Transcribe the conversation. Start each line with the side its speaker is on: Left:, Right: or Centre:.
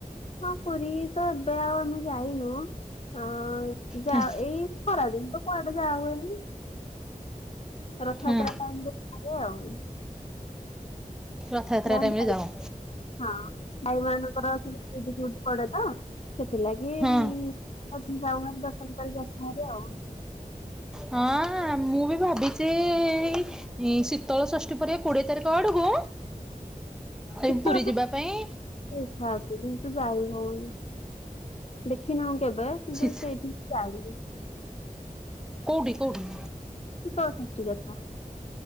Left: ହଁ ପୁରୀ ତ ଏବେ ଆଉ ଆମେ ଯାଇନୁ ଅ ଯ
Centre: ହୁଁ
Left: ଏଇ ଖରାଦିନ ତ କୁଆଡ଼େ ଯାଇ ହୁଏନି। ରଥଯାତ୍ରା
Centre: ହୁଁ
Left: ଟା ଆମ କ ଆଉ <unintelligible>
Centre: ରଥାଯାତ୍ରା
Left: ସେଟା ଆମ
Centre: ଟାଇମରେ
Left: ଭାଇ
Centre: ଯାଅ।
Left: ହଁ ଭାଇ ମାନଙ୍କର ସେଇଠି ଡ଼ିଉଟି ଫିଉଟି ପଡେ ତ। ସେଥିଲାଗି ଯାଉ
Centre: ହଁ
Left: ଦର୍ଶନ କରି ଆସୁ ହେରି ଆଉ
Centre: ହଁ ମୁଁ ବି ଭାବିଛି ଏଇ। ଶୀତଳ ଷଷ୍ଠୀ ପରେ କୋଡିଏ ତାରିଖ ଆଡକୁ
Left: ଶୀତ
Centre: ଏ ପୁରୀ ଯିବା ପାଇଁ
Left: ଇଚ୍ଛା ଅଛି କିନ୍ତୁ ଯାଇ ହଉନି ଦେଖିନାହୁଁ କେବେ। କିନ୍ତୁ
Centre: ଶୀତ
Left: ସେଇଠି ଯାଇନି
Centre: କୋଉଠି କୋଉଠି
Left: ଶୀତଳ ଷଷ୍ଠୀ କଥା।